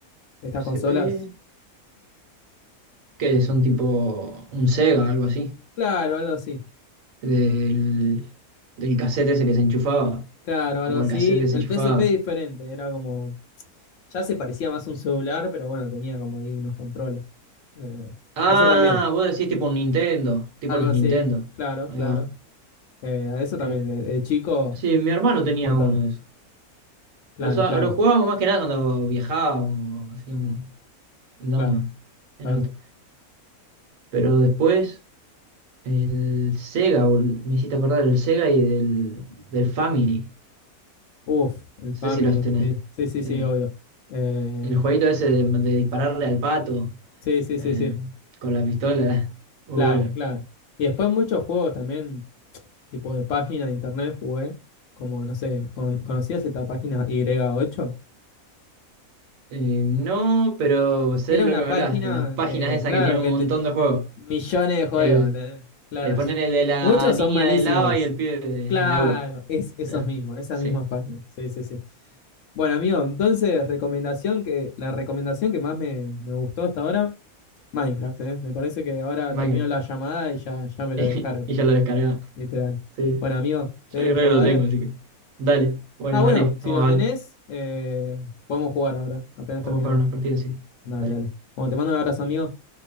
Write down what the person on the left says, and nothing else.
de estas
consolas.
Claro, algo así.
Claro,
algo así.
El
PSP diferente, era como, ya se parecía más a un celular, pero bueno, tenía como ahí unos controles. Eh,
a eso también,
algo
así,
claro,
claro.
Eh, a eso
también, de, de chico,
un montón.
Clave,
clave,
claro, claro.
Uf, el
Family,
sí, sí, sí,
sí, obvio. Eh,
sí, sí,
sí, sí.
Clave,
clave. Y después muchos juegos también, tipo de página de internet jugué, como no sé, con- ¿conocías esta página Y8?
Era
una
página
que,
claro,
que
te-
millones de juegos,
¿entendés? Claro.
<laughs>
Muchos
son malísimos.
Claro,
es esos
mismos, esas
mismas páginas. Sí, sí, sí. Bueno, amigo, entonces, recomendación que, la recomendación que más me, me gustó hasta ahora, Minecraft, ¿eh? Me parece que ahora
termino la llamada y ya, ya me
lo descargo.
Literal.
Bueno, amigo, te
dejo,
dale.
Ah, bueno,
si lo tenés,
eh, podemos jugar ahora, apenas
terminamos.
Dale,
dale. Bueno, te mando un abrazo, amigo.